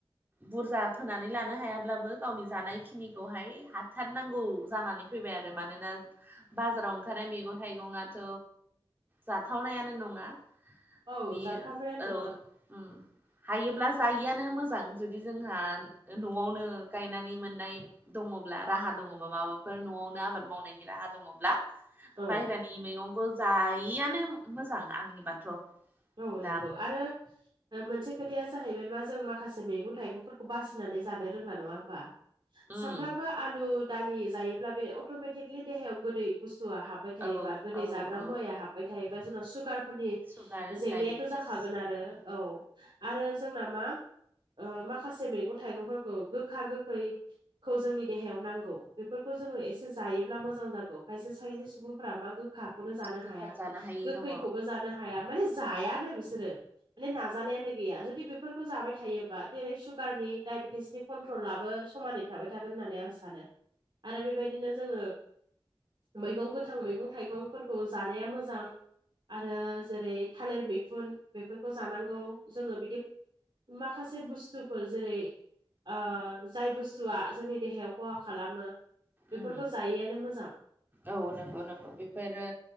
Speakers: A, on the right (about 20°); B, on the right (about 60°).
A: बुरजा फोनानै लानो हायाब्लाबो गावनि जानायखिनिखौहाय हाथारनांगौ जानानै फैबाय आरो मानोना बाजाराव ओंखारनाय मैगंथाइगंआथ जाथावनायानो नङा
B: औ
A: मि
B: जाथावनायानो
A: औ उम
B: नङा
A: हायोब्ला जायिआनो मोजां जुदि जोंहा नआवनो गायनानै मोननाय दङब्ला राहा दङबा माबाफोर नआवनो आबाद मावनायनि राहा दङब्ला
B: औ
A: बायेरानि मैगंखौ जायियानो मोजां आंनिबाथ
B: औ
A: दा
B: नंगौ आरो मोनसे खोथाया जाहैबाय मा जों माखासे मैगं थाइगंफोरखौ बासिनानै जानो रोंला नङा होमबा
A: उम
B: सानफ्रामबो आलु दालि जायोब्ला बे अटमेटिकलि देहायाव गोदै बुस्थुआ हाब हाबबाय थायोबा
A: औ
B: गोदै
A: औ
B: जाग्रा
A: औ
B: मुवाया हाब थायोबा जोंनाव सुगारफोरनि
A: सुगार
B: जेंनायाथ'
A: डायबेटिस
B: जाखागोन आरो
A: उम
B: औ आरो जोंना मा ओ माखासे मैगं थाइगंफोरखौ गोखा गोखै खौ जोंनि देहायाव नांगौ बेफोरखौ जोङो एसे जायोब्ला मोजां जागौ खायसे खायसे सुबुंफोरा मा गोखा खौनो जानो
A: गोखा
B: हाया
A: जानो हायि
B: गोखैखौबो
A: दङ
B: जानो हाया माने जायानो बिसोरो माने नाजानायानो गैया जुदि बेफोरखौ जाबाय थायोबा जेरै सुगारनि डायबेटिसनि कन्ट्रल लाबो समानै थाबाय थागोन होननानै आं सानो आरो बेबायदिनो जोङो मैगं गोथां मैगं थाइगंफोरखौ जानाया मोजां आरो जेरै थालिर मैखुन बेफोरखौ जानांगौ जोङो बिदि माखासे बुस्थुफोर जेरै ओ जाय बुस्थुआ जोंनि देहायाव खहा खालामो बेफोरखौ
A: उम
B: जायिआनो मोजां
A: औ नंगौ नंगौ बेफोरो